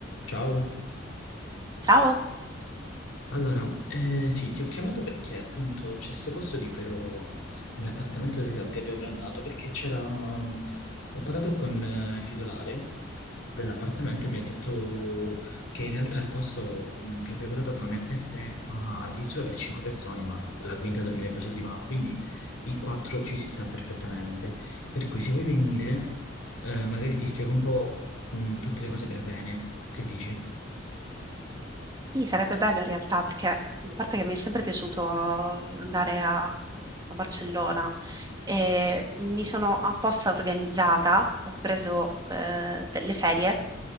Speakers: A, on the left (about 80°); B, on the right (about 20°).
A: Ciao,
B: Ciao,
A: allora, eh, sì, ti ho chiamato perché appunto c'è sto posto libero nell'appartamento dove- che abbiamo prenotato perché c'era, mm, ho parlato con eh, il titolare dell'appartamento e mi ha detto che in realtà il posto mm, che abbiamo prenotato non è per tre, ma addirittura per cinque persone, ma la quinta dormirebbe sul divano, quindi in quattro ci si sta perfettamente. Per cui se vuoi venire, eh, magari ti spiego un po', mm, tutte le cose per bene, che dici?
B: sì, sarebbe bello in realtà perché a parte che mi è sempre piaciuto mhmm, andare a, a Barcellona e mi sono apposta organizzata, ho preso eh, delle ferie